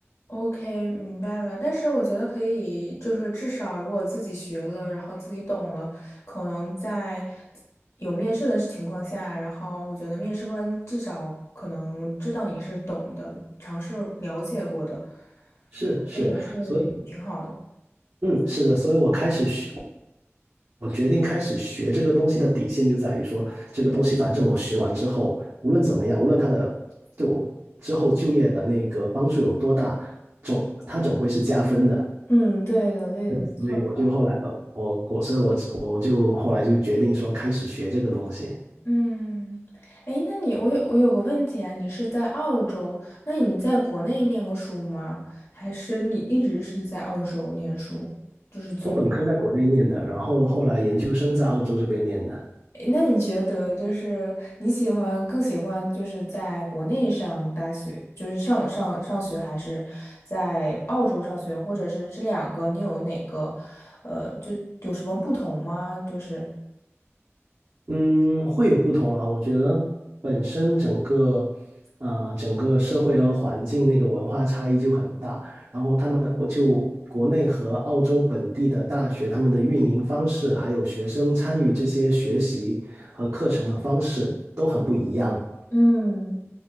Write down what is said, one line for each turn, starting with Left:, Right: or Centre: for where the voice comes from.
Left: OK，明白了。但是我觉得可以，就是至少如果自己学了，然后自己懂了，可能在有面试的情况下，然后我觉得面试官至少可能知道你是懂的，尝试了解过的，
Right: 是是，
Left: 我觉得也是
Right: 所以
Left: 挺好的。
Right: 嗯，是的，所以我开始学，我决定开始学这个东西的底线就在于说，这个东西反正我学完之后，无论怎么样，无论它的对我之后就业的那个帮助有多大，总它总归是加分的。
Left: 嗯，对的，对的，
Right: 对，
Left: 没错的。
Right: 所以我就后来，呃，我我所以我我就后来就决定说开始学这个东西。
Left: 嗯，哎，那你我有我有个问题啊，你是在澳洲，那你在国内念过书吗？还是你一直是在澳洲念书？就是从。
Right: 我本科在国内念的，然后后来研究生在澳洲这边念的。
Left: 诶那你觉得就是你喜欢更喜欢就是在国内上大学，就是上上上学，还是在澳洲上学，或者是这两个你有哪个，呃，就有什么不同吗？就是，
Right: 嗯，会有不同啊。我觉得本身整个，呃，整个社会和环境那个文化差异就很大。然后他们，我就国内和澳洲本地的大学，他们的运营方式，还有学生参与这些学习和课程的方式都很不一样。
Left: 嗯，